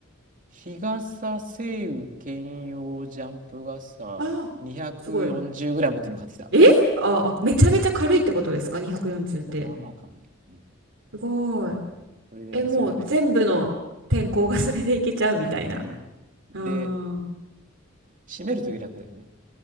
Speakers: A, on the right; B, on the right.
A: 日傘、晴雨兼用ジャンプ傘、
B: ああ、
A: 2 4
B: すごい。
A: 0ムっていうのを買ってきた。
B: えああ、めちゃめちゃ軽いってことですか
A: そうそう。
B: ?240 って。
A: まあまあ軽い。うん。
B: すごい。
A: そうそれでね、
B: え、もう全部の天候がそれでいけちゃうみたいな。
A: そこね、まあね。で、
B: あー
A: 閉めるとき楽だよね。